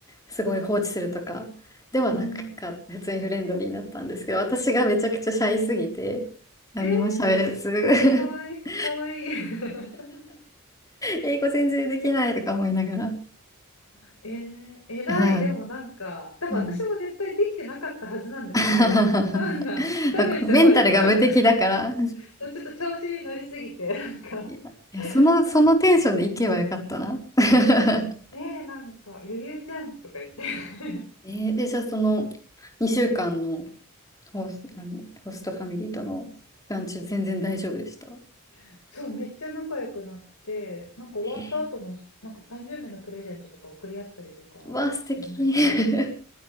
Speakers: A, on the left; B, on the left.
A: すごい放置するとかではなくか、
B: うん。
A: 普通にフレンドリーだったんですけど、私がめちゃくちゃシャイすぎて、何にも喋れず、
B: えー、かわいい、
A: <laughs>
B: かわいい。<laughs>
A: 英語全然できないとか思いながら。<laughs>
B: えー、偉い。
A: はい。
B: でもなんか、多分私も絶対できてなかったはずなんですけど、
A: うん <laughs>
B: <laughs> なんか、多分すごい、
A: なんかメンタルが無敵だから。
B: ちょ、<laughs> そうちょっと調子に乗りすぎて、なんか、
A: いや、いやその、
B: ほん
A: そのテンションで行けばよかったな。<laughs>
B: ねえ、なんか余裕じゃんとか言って。
A: えーで、じゃあその2週間のホス、何ホストファミリーとの期間中、全然大丈夫でした。
B: <laughs> そう、めっちゃ仲良くなって、なんか終わった後も、
A: へえ
B: なんか誕生日のプレゼントとか送り合ったりとかしてましたね。
A: うわ、素敵。<laughs>